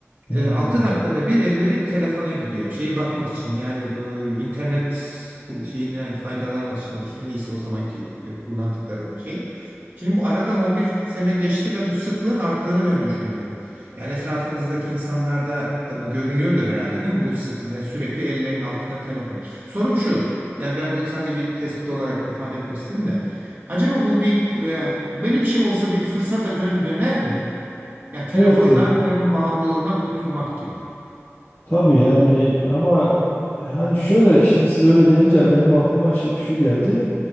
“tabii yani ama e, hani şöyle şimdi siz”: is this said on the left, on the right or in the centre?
Left